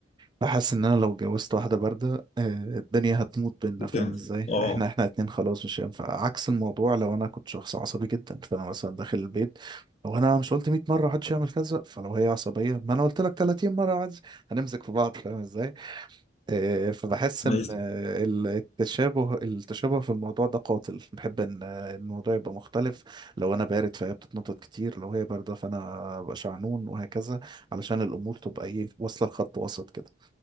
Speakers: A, on the right (about 25°); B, on the left (about 35°).
A: بحس ان انا لو اتجوزت واحده بارده آه، الدنيا هتموت بينا
B: بتنفع.
A: فاهم ازاي
B: اه
A: احنا احنا اتنين خلاص مش هينفع عكس الموضوع لو انا كنت شخص عصبي جدا فانا مثلا داخل البيت لو انا مش قلت 100 مره محدش يعمل كذا فلو هي عصبيه ما انا قلت لك 30 مره عز هنمسك في بعض فاهم ازاي آه، فبحس ان
B: عايز
A: آه، ال- التشابه التشابه في الموضوع ده قاتل بحب ان آه، الموضوع يبقى مختلف لو انا بارد فهي بتتنطط كتير لو هي بارده فانا ابقى شعنون وهكذا علشان الامور تبقى ايه واصله لخط وسط كده